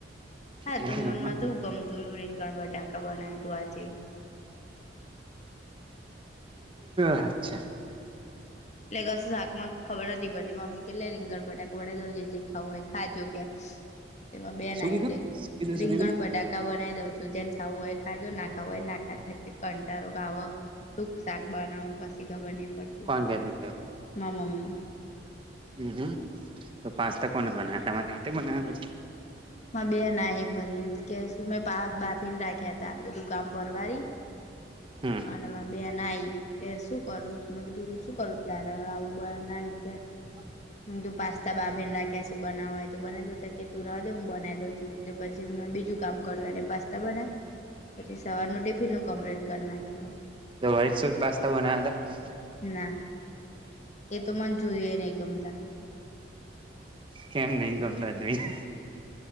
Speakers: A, on the left; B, on the right.
A: હા,
B: એ
A: તો મને
B: જમવાનું
A: નથી તો ગમતું રીંગણ બટાકા બનાયુ તું આજે.
B: અચ્છા.
A: એટલે કસ શાકમાં ખબર નથી પડતી મમ્મી કે લે રીંગણ બટાકા બનાાવ દઉં જે જે ખાવું હોય ખાજો કે. તેમાં બેન
B: શું
A: આઈ
B: કીધું
A: તી
B: શું કીધું શું
A: રીંગણ
B: કીધું
A: બટાકા બનાવી દઉ છુ. તો જેન ખાવું હોય કાજો ના ખાવું હોય એ ના ખા કે કંટળો આવ. સુક શાક બનાવું કશી ખબરની પડ
B: જેદિત્ય.
A: માં મમ્મી.
B: હમ્મ હ તો પાસ્તા કોને બનાવ્યા તમારે જાતે બનાવ્યા પછી.
A: બે નાઈ ભરી કે શું મેં બા બાફીને રાખ્યા ત બધું કામ ભરવારી.
B: હમ્મ.
A: અને માં બેન આઈ કે શું કરું મેં કીધું શું કરું તારે આવું બનાયું છે.
B: <inaudible>
A: મે કીધું પાસ્તા બાફીને રાખ્યા છે બનાવા હોય તો હું બનાઈ દઉં તો કે તુ રેવા ડે હું બન બનાઈ દઉં છું પછી મે બીજું કામ કર્યું એણે પાસ્તા પાસ્તા બનાયા પછી સવારનું ટિફિનું કમ્પ્લીટ કરી નાખ્યું.
B: તો વાઇટ સોસ પાસ્તા બનાયા હતા?
A: ના એ તો મને જોઈએ ની ગમતા.
B: કેમ નઈ ગમતા જોઈએ.